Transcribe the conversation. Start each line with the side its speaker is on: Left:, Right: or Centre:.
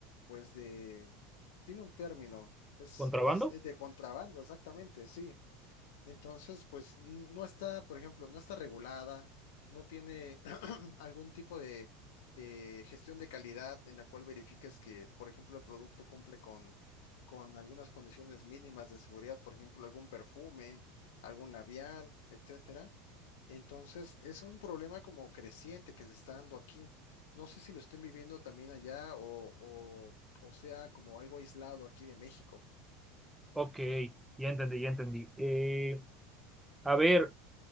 Left: pues de, tiene un término, es,
Centre: ¿Contrabando?
Left: es es de contrabando, exactamente, sí. Entonces, pues n- no está, por ejemplo, no está regulada, no tiene <clears throat> algún tipo de eh, gestión de calidad en la cual verifiques que, por ejemplo, el producto cumple con, con algunas condiciones mínimas de seguridad, por ejemplo, algún perfume, algún labial, etcétera. Entonces, es un problema como creciente que se está dando aquí. No sé si lo estén viviendo también allá o, o, o sea como algo aislado aquí de México.
Centre: Ok, ya entendí, ya entendí. Eh, a ver,